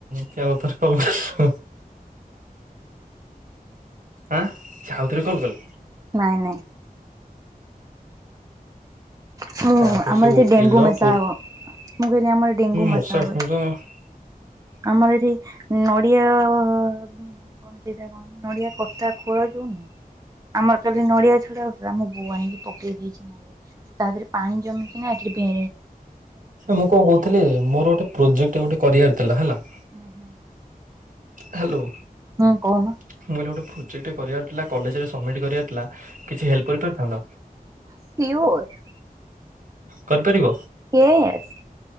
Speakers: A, on the right; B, on the right.
A: କିଏ ଆଉ ଥରେ କଲ୍। <unintelligible> ଆଁ ସେ ଆଉଥରେ କଲ୍ କଲେ?
B: ନାଇଁ ନାଇଁ। ମୁଁ
A: ତାପରେ
B: ଆମର
A: ସେ
B: ଏଠି
A: ଓକିଲ
B: ଡେଙ୍ଗୁ ମଶା
A: ପୋ
B: ହବ। ମୁଁ କଇଲି ଆମର ଡେଙ୍ଗୁ
A: ମଶା
B: ମସା ହବ
A: କାମୁଡିଲା
B: ଏଠି। ଆମର ଏଠି ନଡିଆ ଅବ୍ କଣ ସେଇଟା କହନ୍ତି ନଡିଆ କତା ଖୋଳ ଯୋଉନୁହଁ ଆମର କାଲି ନଡିଆ ଛଡା ଆଉ ପୁରା ମୋ ବୋଉ ଆଣିକି ପକେଇ ଦେଇଚି ନଡ଼ିଆ ସେ ତା ଦେହରେ ପାଣି ଜମିକିଣା ଏଠି ବେ
A: ମୁଁ କଁ କହୁଥିଲି ମୋର ଗୋଟେ ପ୍ରୋଜେକ୍ଟ ଗୋଟେ କରିବାର ଥିଲା ହେଲା
B: ହୁଁ ହୁଁ।
A: ହ୍ୟାଲୋ।
B: ହୁଁ କହୁନ?
A: ମୁଁ କହିଲି ଗୋଟେ ପ୍ରୋଜେକ୍ଟ କରିବାର ଥିଲା କଲେଜରେ ସବମିଟ୍ କରିବାର ଥିଲା କିଛି ହେଲ୍ପ କରିପାରିଥାନ୍ତ?
B: ସିଓର
A: କରିପାରିବ
B: ୟେସ।